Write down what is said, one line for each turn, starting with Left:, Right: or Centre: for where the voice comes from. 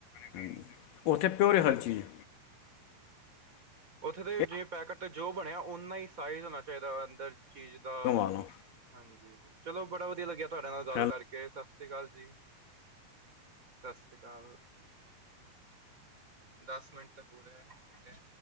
Left: ਹੂ ਉੱਥੇ ਪਿਓਰ ਏ, ਹਰ ਚੀਜ਼।
Right: ਉੱਥੇ ਦੇ
Left: ਇਹ
Right: ਜਿਵੇਂ ਪੈਕੇਟ ਤੇ ਜੋ ਬਣਿਆ, ਓਹਨਾ ਹੀ ਸਾਈਜ਼ ਹੋਣਾ ਚਾਹੀਦਾ ਅੰਦਰ ਚੀਜ਼ ਦਾ।
Left: ਕਮਾ ਲਾਂ
Right: ਹਾਂਜੀ, ਚਲੋ ਬੜਾ ਵਧੀਆ ਲੱਗਿਆ ਤੁਹਾਡੇ ਨਾਲ ਗੱਲ
Left: ਹੈਲੋ
Right: ਕਰਕੇ ਸਤਿ ਸ੍ਰੀ ਅਕਾਲ ਜੀ। ਸਤਿ ਸ੍ਰੀ ਅਕਾਲ। ਦੱਸ ਮਿੰਟ ਪੁਰੇ ਹੋਗੇ।